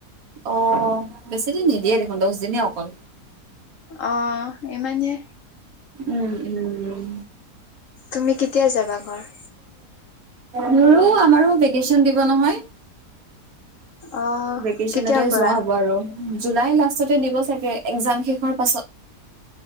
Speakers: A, on the right; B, on the left.
A: অ বেছিদিন নিদিয়ে দেখোন দছ দিনে হে অকল।
B: অ ইমানে।
A: উম উম উম
B: তুমি কেতিয়া যাবা ঘৰ।
A: মোৰো আমাৰো ভেকেশচন দিব নহয়।
B: অ
A: ভেকেশচনতে
B: কেতিয়াৰ পৰা
A: যোৱা হ'ব আৰু। জুলাই লাষ্টতে দিব চাগে এক্সাম শেষ হোৱাৰ পাছত।